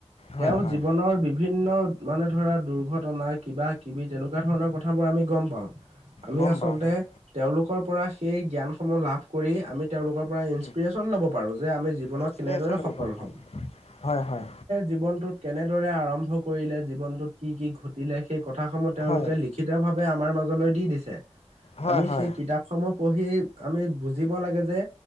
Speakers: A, on the left (about 65°); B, on the right (about 80°).
A: হয়,
B: তেওঁ
A: হয়,
B: জীৱনৰ বিভিন্ন মানে ধৰা দুৰ্ঘটনা কিবা কিবি তেনেকুৱা ধৰণৰ কথাবোৰ আমি গম পাওঁ। আমি
A: গম
B: আচলতে
A: পাওঁ হয়।
B: তেওঁলোকৰ পৰা সেই জ্ঞান সমূহ লাভ কৰি আমি তেওঁলোকৰ পৰা ইন্সপিৰিয়োচন
A: উম,
B: ল'ব পাৰো যে আমি জীৱনত
A: ইনস্পিৰেশ্যন
B: কেনেদৰে
A: ল'ব
B: সফল
A: পাৰোঁ হয়,
B: হম।
A: হয়, হয়,
B: জীৱনটোত কেনেদৰে আৰম্ভ কৰিলে জীৱনটোত কি কি ঘটিলে সেই কথাসমূহ তেওঁলোকে
A: হয়,
B: লিখি ক্ষিতভাৱে আমাৰ মাজলৈ দি দিছে।
A: হয়,
B: আমি
A: হয়,
B: সেই কিতাপসমূহ পঢ়ি আমি বুজিব লাগে যে